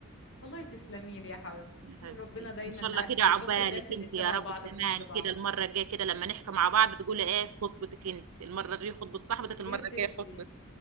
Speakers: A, on the left; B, on the right.
A: والله تسلمي لي يا حبيبتي
B: يا
A: ربنا
B: حبيبتي
A: دايما
B: ان شاء الله
A: عارفه
B: كده
A: بيحط
B: عقبالك
A: الناس اللي
B: انت يا
A: شبه
B: رب
A: بعض
B: كمان
A: في وش بعض
B: كده المره الجايه كده لما نحكي مع بعض تقولي ايه خطبتك انت المره دي خطبه صاحبتك المره
A: يا ستي
B: الجايه خطبتك